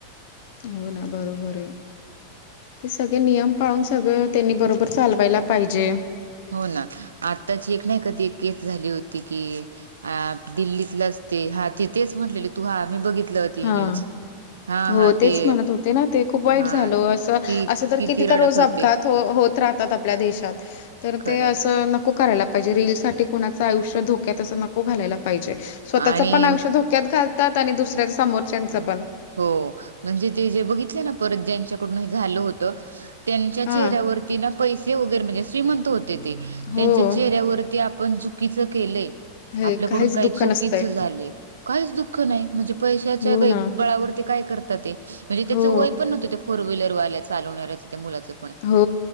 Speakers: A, on the left; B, on the right.
A: हो ना बरोबर आहे. ते सगळे नियम पाळून सगळं त्यांनी बरोबर चालवायला पाहिजे.
B: हो ना आत्ताची एक नाही कधी केस झाली होती की अ दिल्लीतलं असते हा तेथेच म्हटलेले तू हा मी बघितलं होती
A: हा
B: ही न्यूज. हा
A: हो
B: हा
A: तेच
B: ते
A: म्हणत होते ना ते खूप वाईट
B: हा
A: झाल अस
B: ती
A: असं तर किती
B: रडत
A: तर रोज
B: होते
A: अपघात. हो होत राहतात आपल्या देशात तर
B: खरंय
A: ते अस नको करायला. म्हणजे रील साठी कोणाचा आयुष्य धोक्यातच नको घालायला पाहिजे स्वतःचा
B: आणि
A: पण आयुष्य धोक्यात धोक्यात घालतात आणि दुसऱ्या समोरच्याचं
B: हम्म.
A: पण.
B: हो म्हणजे ते जे बघितले ना परत ज्यांच्याकडून हे झालं होत. त्यांच्या
A: हां.
B: चेहऱ्यावरती ना पैसे वगैरे म्हणजे श्रीमंत होते ते
A: हो.
B: त्यांच्या चेहऱ्यावरती आपण चुकीच केलंय.
A: हे
B: आपल्याकडून
A: काहीच
B: काही
A: दुःख
B: चुकीच
A: नसतंय.
B: झालंय. काहीच दुःख नाही म्हणजे पैशाच्या
A: हो ना.
B: बळावर ते काय करतात ते, म्हणजे त्याचं
A: हो,
B: वय पण नव्हतं ते फोर व्हीलर वाल्या चालवणारच त्या मुलाच पण
A: हो.